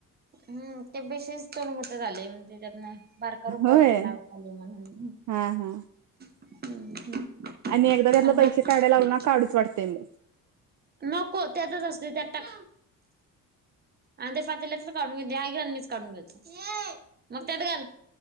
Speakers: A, on the right; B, on the right.
A: हम्म ते बेशिस्त मोटर आले म्हणजे त्यातना बारका रुपया
B: होय
A: पडला बघ खाली म्हणून
B: हा हा.
A: हं हम्म.
B: आणि एकदा त्यातलं
A: आणि
B: पैसे
A: बाकी
B: काढायला लागलो ना काढूच वाटतंय मग.
A: नको त्यातच असतय त्यात टाक आणि ते पातल्यातलं काढून घेतीया इकडं आन मीच काढून घेतो मग त्यात घाल